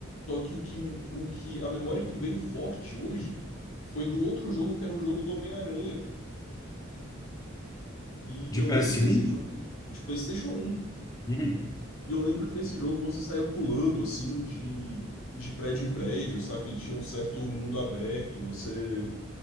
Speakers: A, on the left; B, on the left.
A: Só que o que, o que a memória que veio forte hoje foi do outro jogo que era um jogo do Homem-Aranha, cara. E
B: De
A: eu lembro
B: ps
A: que
B: um
A: nesse jogo, de PlayStation 1,
B: Uhum.
A: E eu lembro que nesse jogo você saía pulando, assim, de, de prédio em prédio, sabe? Ele tinha um certo mundo aberto, você...